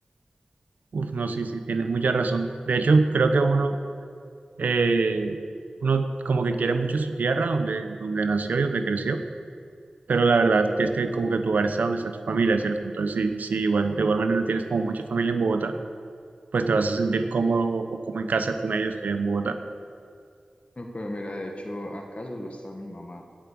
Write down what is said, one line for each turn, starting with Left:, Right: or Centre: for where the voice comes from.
Right: Uf, no, sí, sí, tienes mucha razón. De hecho, creo que uno, eh, uno como que quiere mucho su tierra, donde, donde nació y donde creció, pero la verdad
Left: Sí.
Right: que es que como que tu hogar está donde está tu familia, ¿cierto? Entonces, sí, sí, igual, de igual manera tienes como mucha familia en Bogotá, pues te vas a sentir cómodo o como en casa con ellos allá en Bogotá.
Left: Pero mira, de hecho acaso lo está mi mamá,